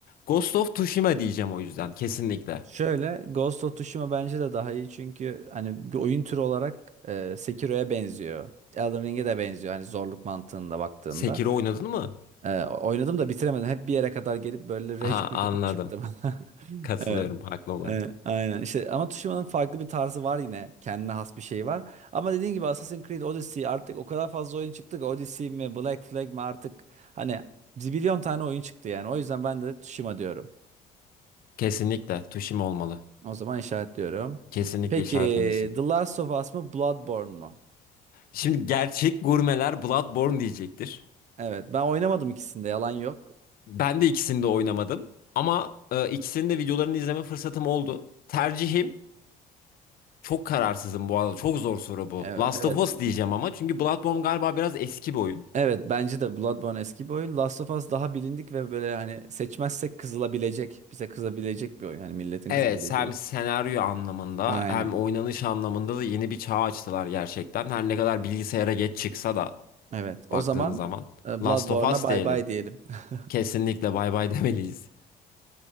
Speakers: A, on the left (about 60°); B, on the right (about 45°).
A: Ghost of Tsushima diyeceğim o yüzden kesinlikle.
B: Şöyle Ghost of Tsushima bence de daha iyi çünkü hani bir oyun türü olarak e, Sekiro'ya benziyor. Elden Ring'e de benziyor hani zorluk mantığında baktığında.
A: Sekiro oynadın mı?
B: E, oynadım da bitiremedim. Hep bir yere kadar gelip böyle rage
A: Aha,
B: quit
A: anladım.
B: atıp çıktım. <laughs>
A: Katılıyorum
B: Evet.
A: haklı olarak.
B: Evet, aynen işte ama Tsushima'nın farklı bir tarzı var yine kendine has bir şey var ama dediğin gibi Assassin's Creed Odyssey artık o kadar fazla oyun çıktı ki Odyssey mi Black Flag mi artık hani zibilyon tane oyun çıktı yani o yüzden ben de Tsushima diyorum
A: Kesinlikle tuşim olmalı.
B: o zaman işaretliyorum
A: Kesinlikle
B: peki
A: işaretlemesin.
B: The Last of Us mı Bloodborne mu
A: Şimdi gerçek gurmeler Bloodborne diyecektir.
B: evet ben oynamadım ikisinde yalan yok
A: Ben de ikisini de oynamadım. Ama e, ikisinin de videolarını izleme fırsatım oldu. Tercihim çok kararsızım bu arada. Çok zor soru bu.
B: evet
A: Last
B: evet
A: of Us diyeceğim ama çünkü Bloodborne galiba biraz eski bir oyun.
B: evet bence de Bloodborne eski bir oyun Last of Us daha bilindik ve böyle hani seçmezsek kızılabilecek bize kızabilecek bir oyun hani milletin
A: Evet
B: kızabileceği
A: hem senaryo anlamında
B: Aynen.
A: hem oynanış anlamında da yeni bir çağ açtılar gerçekten. Her ne kadar bilgisayara geç çıksa da.
B: Evet. O
A: baktığın
B: zaman
A: zaman.
B: e,
A: Last
B: Bloodborne'a
A: of Us
B: bay
A: diyelim.
B: bay diyelim. <laughs>
A: Kesinlikle bay bay <laughs> demeliyiz.